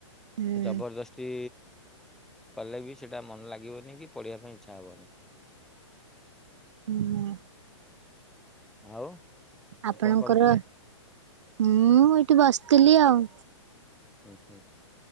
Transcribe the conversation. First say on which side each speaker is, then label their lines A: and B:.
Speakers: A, on the right; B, in the centre.
A: ହୁଁ
B: ଜବରଦସ୍ତି କଲେ ବି ସେଟା ମନ ଲାଗ ଲାଗିବନି ପଢିବା ପାଇଁ ଇଚ୍ଛା ହବନି।
A: ହୁଁ, <inaudible>
B: ଆଉ ଆଉ
A: ଆପଣଙ୍କର
B: କଣ କରୁଥିଲେ?
A: ମୁଁ ଏଇଠି ବସିଥିଲି ଆଉ।
B: ହୁଁ ହୁଁ